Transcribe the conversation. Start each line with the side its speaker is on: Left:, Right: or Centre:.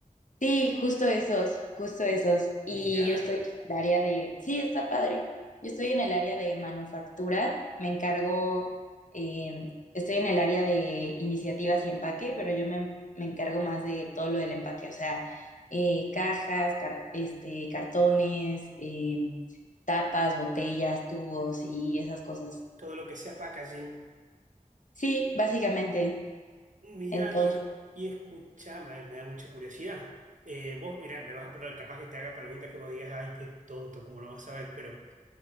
Left: Sí, justo esos, justo esos. Y
Right: Mirá,
Left: yo estoy en el área de, sí, está padre. Yo estoy en el área de manufactura, me encargo, eh, estoy en el área de iniciativas y empaque, pero yo me, me encargo más de todo lo del empaque, o sea, eh, cajas, car- este, cartones, eh, tapas, botellas, tubos y esas cosas.
Right: todo lo que sea packaging.
Left: Sí, básicamente.
Right: Mirá,
Left: Entonces,
Right: y, es- y escuchá, me, me da mucha curiosidad. Eh, vos, mirá, me vas a poner, capaz que te haga preguntas que vos digas, ay, qué tonto, cómo no vas a ver, pero...